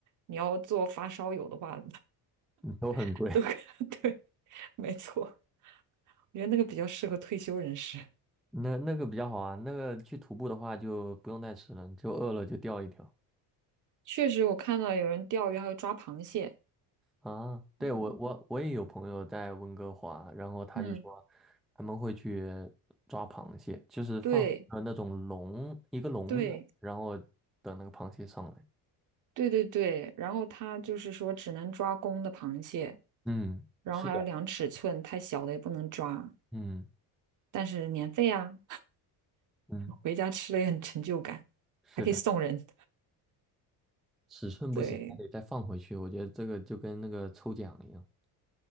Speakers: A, on the right; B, in the centre.
A: 你要做发烧友的话，
B: 都很贵。
A: <laughs> 都 <laughs> 对，没错。我觉得那个比较适合退休人士。
B: 那那个比较好啊，那个去徒步的话就不用带吃了，就饿了就钓一条
A: 确实，我看到有人钓鱼，还有抓螃蟹。
B: 啊。对，
A: 嗯，
B: 我我我也有朋友在温哥华，然后他就说
A: 嗯
B: 他们会去抓螃蟹，就是放呃那种笼一个笼子，
A: 对对
B: 然后等那个螃蟹上来。
A: 对对对。然后他就是说，只能抓公的螃蟹，
B: 嗯。
A: 然后还有量尺寸，
B: 是的。
A: 太小的也不能抓。
B: 嗯
A: 但是免费啊，
B: 嗯，
A: 回家吃了也很成就感，
B: 是的，
A: 还可以送人。
B: 尺寸不行还得再放回去。
A: 对
B: 我觉得这个就跟那个抽奖一样